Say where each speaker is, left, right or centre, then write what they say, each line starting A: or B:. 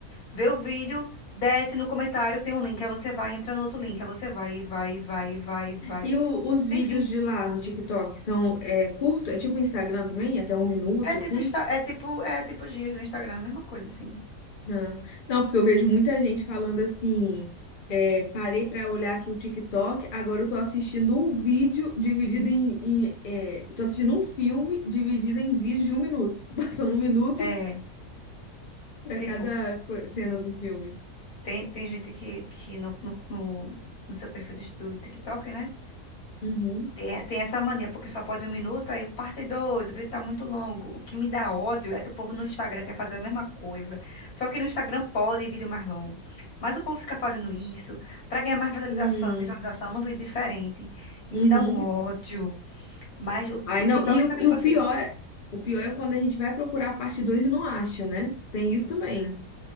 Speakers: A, on the left; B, on the left.
A: vê o vídeo, desce no comentário, tem um link, aí você vai, entra no outro link, aí você vai, e vai, e vai, e vai, e vai.
B: E o- os
A: Enfim,
B: vídeos de lá no TikTok são é, curto? É tipo Instagram também? Até um minuto,
A: é
B: assim?
A: tipo, Insta- é tipo, é tipo os dias do Instagram, a mesma coisa assim.
B: Ah, Não, porque eu vejo muita gente falando assim. é, parei pra olhar aqui o TikTok, agora eu tô assistindo um vídeo dividido em, em é, eu tô assistindo um filme dividido em vídeos de um minuto. <laughs> Passando um minuto
A: É,
B: pra
A: tipo,
B: cada co- cena do filme.
A: tem, tem gente que, que no, no, no, no seu perfil do do TikTok, né?
B: Uhum.
A: Tem, eh, tem essa mania, porque só pode um minuto, aí parte dois, o vídeo tá muito longo. O que me dá ódio é que o povo no Instagram quer fazer a mesma coisa. Só que no Instagram pode vídeo mais longo. Mas o povo fica fazendo isso pra ganhar mais visualização,
B: Hum,
A: visualização num vídeo diferente. E
B: uhum.
A: me dá um ódio. Mas o TikTok
B: Ai, não, e o,
A: foi que
B: e
A: trouxe
B: o pior
A: isso.
B: é, o pior é quando a gente vai procurar a parte 2 e não acha, né? Tem isso também.